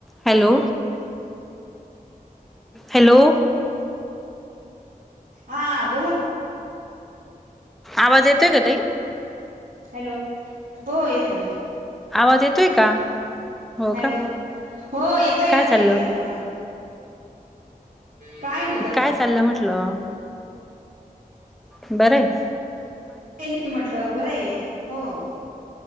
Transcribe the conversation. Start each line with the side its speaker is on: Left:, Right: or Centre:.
Centre: हॅलो! हॅलो!
Right: हां बोला.
Centre: आवाज येतोय का ताई?
Right: हॅलो! हो येतो ना.
Centre: आवाज येतोय का? हो
Right: हॅलो!
Centre: का
Right: हो येतोय
Centre: काय
Right: ना
Centre: चाललं
Right: ताई येतोय ना बोला ना. काय नाही बरं
Centre: काय
Right: आहे
Centre: चाललं म्हंटलं! बरं आहे.
Right: काय नाही म्हटलं बरं आहे. हो